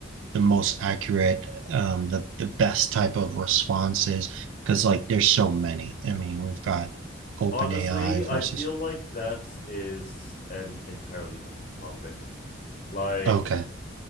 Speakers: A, on the right (about 70°); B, on the left (about 40°).
A: the most accurate, um, the the best type of responses? Because like there's so many. I mean, we've got OpenAI
B: Honestly, I
A: versus
B: feel like that is an entirely different topic. Like
A: Okay.